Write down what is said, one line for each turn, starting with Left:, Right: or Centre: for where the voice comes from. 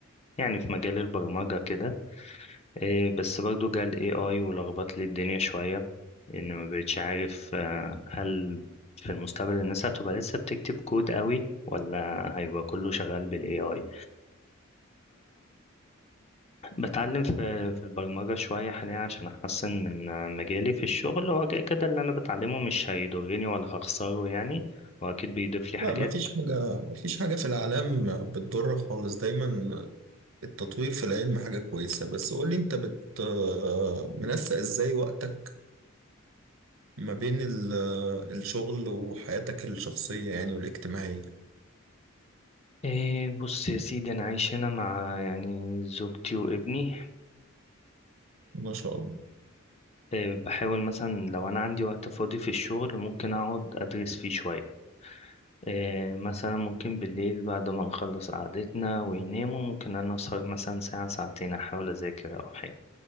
Left: يعني في مجال البرمجة كده إيه بس برضو جه ال AI ولخبط لي الدنيا شوية إن ما بقتش عارف آه، هل في المستقبل الناس هتبقى لسه بتكتب كود قوي ولا هيبقى كله شغال بال AI فبتعلم في في البرمجة شوية حاليا عشان أحسن من آه، مجالي في الشغل هو كده كده اللي أنا بتعلمه مش هيضرني ولا هخسره يعني وأكيد بيضيف لي حاجات
Right: لا ما فيش حاجة ما فيش حاجة في الإعلام بتضر خالص دايما التطوير في العلم حاجة كويسة بس قولي أنت بت منسق إزاي وقتك ما بين ال- الشغل وحياتك الشخصية يعني والاجتماعية
Left: إيه بص يا سيدي أنا عايش هنا مع يعني زوجتي وابني
Right: ما شاء الله
Left: آه، بحاول مثلا لو أنا عندي وقت فاضي في الشغل ممكن أقعد أدرس فيه شوية آه، مثلا ممكن بالليل بعد ما نخلص قعدتنا ويناموا ممكن أنا أسهر مثلا ساعة ساعتين أحاول أذاكر أو حاجة